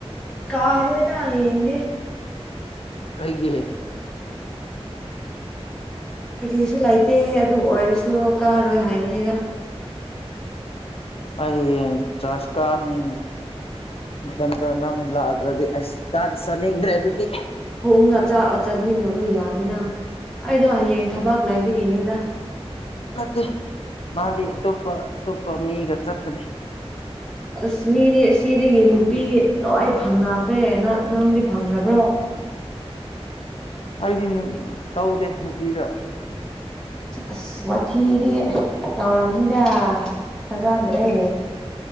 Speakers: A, in the centre; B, on the left.
A: ꯀꯥꯔꯣꯢꯗ ꯍꯌꯦꯡꯗꯤ꯫
B: ꯀꯩꯒꯤ꯫
A: ꯀꯔꯤꯁꯨ ꯂꯩꯇꯦ ꯑꯗꯨ ꯑꯣꯏꯔꯁꯨ ꯀꯥꯔꯣꯏ ꯍꯥꯏꯕꯅꯤꯗ꯫
B: ꯑꯩ ꯍꯌꯦꯡ ꯆꯁ ꯀꯥꯅꯤ꯫ ꯅꯊꯟꯗ ꯅꯪ ꯂꯥꯛꯗ꯭ꯔꯗꯤ ꯑꯁ ꯆꯥꯛꯇꯤ ꯆꯥꯅꯤꯡꯗ꯭ꯔꯦ ꯑꯗꯨꯗꯤ꯫
A: ꯊꯣꯡꯒ ꯆꯥꯛꯑ ꯆꯠꯃꯤꯟꯅꯕ ꯌꯥꯏꯅ ꯑꯩꯗꯣ ꯍꯌꯦꯡ ꯊꯕꯛ ꯂꯩꯕꯒꯤꯅꯤꯗ꯫
B: ꯅꯠꯇꯦ ꯃꯥꯗꯤ ꯑꯇꯣꯞꯄ ꯑꯇꯣꯞꯄ ꯃꯤꯒ ꯆꯠꯀꯅꯤ꯫
A: ꯑꯁ ꯃꯤꯗꯤ ꯁꯤꯗꯒꯤ ꯅꯨꯄꯤ ꯂꯣꯏ ꯐꯪꯅꯈ꯭ꯔꯦ ꯅꯪ ꯅꯪꯗꯤ ꯐꯪꯗꯕ꯭ꯔꯣ꯫
B: ꯑꯩꯗꯤ ꯇꯧꯗꯦ ꯅꯨꯄꯤꯗꯣ꯫
A: ꯑꯁ ꯋꯥꯊꯤꯗꯤ ꯇꯧꯔꯝꯅꯤꯗ ꯊꯥꯖꯗ꯭ꯔꯦ꯫